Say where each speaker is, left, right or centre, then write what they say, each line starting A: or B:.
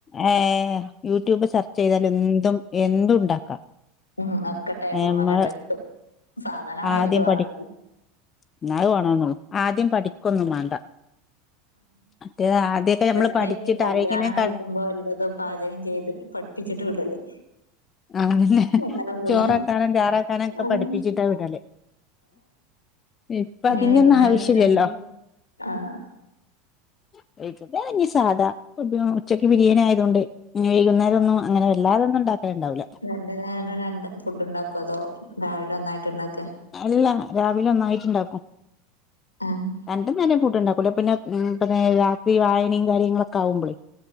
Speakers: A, on the left (about 30°); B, on the left (about 85°).
A: ഏഹ് യൂട്യൂബ് സെർച്ചെയ്താല് എന്തും എന്തും ഉണ്ടാ ക്കാ
B: ഉം ഒക്കെ ടേബിൾമല്ണ്ട്
A: നമ്മ
B: എത്തും സാധനം കയ്യില്
A: ആദ്യം
B: വേണന്നൊള്ളു
A: പടി <unintelligible> ആദ്യം പഠിക്കൊന്നും വേണ്ട. മറ്റേത് ആദ്യമൊക്കെ നമ്മള്
B: പണ്ടേനി
A: പഠിച്ചിട്ട്
B: കല്യാണം
A: ആരെങ്ങനെ
B: കഴിക്കുമ്പോ
A: ക
B: എല്ലതും പാചകം ചെയ്തിട്ട് പട്പ്പിച്ചിട്ട് വിടല്
A: ആഹ് പിന്നെ
B: അങ്ങനൊന്നുല്ല
A: ചോറക്കാനും ചാറാക്കാനും ഒക്കെ
B: ആഹ്
A: പഠിപ്പിച്ചിട്ടാ വിടല് ഇപ്പൊ
B: വൈകുന്നേരത്തിനെന്ത്
A: അതിന്റെ ഒന്നും ആവശ്യല്ലല്ലോ.
B: ആഹ്
A: <unintelligible> സാധാ ഉച്ചക്ക് ബിരിയാണി ആ തോണ്ട് ന്ന് വൈകുന്നേരം ഒന്നും അങ്ങനെ വല്ലാതൊന്നും ഉണ്ടാക്കല്ണ്ടാവൂല.
B: രണ്ടു നേരം രണ്ട് ഫുഡ് ഉണ്ടാക്കൊ, അതോ രാവിലെ ഒന്നായിട്ട് ഇണ്ടാക്ക
A: അല്ല രാവിലെ ഒന്നായിട്ട്ണ്ടാക്കും.
B: ആഹ്
A: രണ്ട് നേരം ഫുഡ് ണ്ടാക്കൂല. പിന്നെ പിന്നെ രാത്രി വായനിം കാര്യങ്ങളൊക്കെ ആകുമ്പോളെ